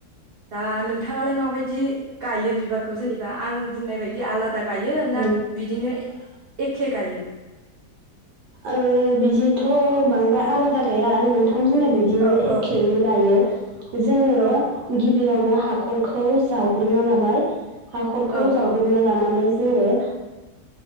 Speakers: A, on the right; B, on the right.
A: दा नोंथाङालाय माबायदि गायो बिबारखौ जेनेबा आं बुंनाय बाय बिदि आलादा गायो ना
B: औ
A: बिदिनो एखे गायो
B: ओ बिदिथ' बांद्राय आलादा गाया नोंथां नोंथां बुंनाय बायदिनो
A: औ
B: एखेयैनो
A: औ
B: गायो जोङो
A: औ
B: गिबियावनो हाखरखौ जावग्रोना लाबाय हाखरखौ
A: औ
B: जावगोरना
A: औ
B: लानानै जोङो